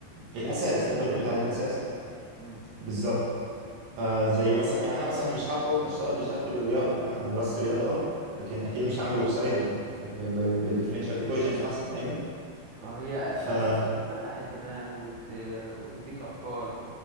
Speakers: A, on the right; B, on the right.
A: الاساس
B: الاساس
A: نقدر
B: الاساس
A: نقول عليه الاساس
B: امم
A: بالظبط آه زي مثلا يعني انا مثلا مش هخرج اشتغل بشهادتي بالرياضه فاهم انا درست رياضه اه لكن اكيد مش هعمل ويب سايت بديفرنشال ايكويشنز مثلا
B: اه هي اساسها
A: فاهمني
B: بتفتح الدماغ وت... وتديك افكار